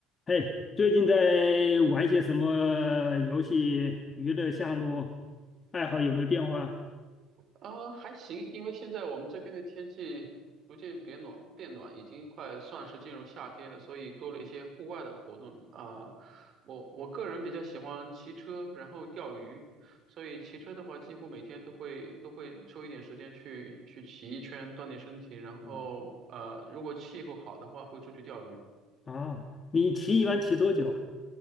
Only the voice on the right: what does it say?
啊，还行，因为现在我们这边的天气逐渐变暖，变暖已经快算是进入夏天了，所以多了一些户外的活动啊。我我个人比较喜欢骑车，然后钓鱼，所以骑车的话，几乎每天都会都会抽一点时间去去骑一圈，锻炼身体。然后呃，
如果气候好的话，会出去钓鱼，